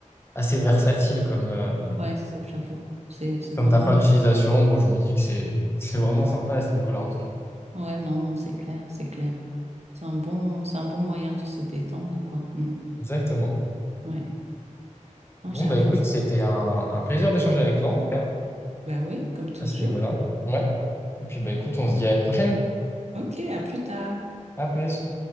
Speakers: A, on the left; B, on the right.
A: assez versatile comme. euh,
B: Ouais, c'est- j'avoue, c'est c'est
A: comme
B: vraiment...
A: ta fin d'utilisation, bon, je me dis que c'est c'est vraiment sympa à ce niveau-là, en tout cas.
B: Ouais, non, non, c'est clair, c'est clair. C'est un bon, c'est un bon moyen de se détendre, quoi. Mm.
A: Exactement.
B: Ouais, non,
A: Bon,
B: j'avoue.
A: bah écoute, c'était un, un plaisir d'échanger avec toi, en tout cas,
B: Bah oui, comme toujours.
A: à ce niveau-là. Ouais. Et puis, bah écoute, on se dit à une prochaine.
B: Ok, à plus tard.
A: À plus.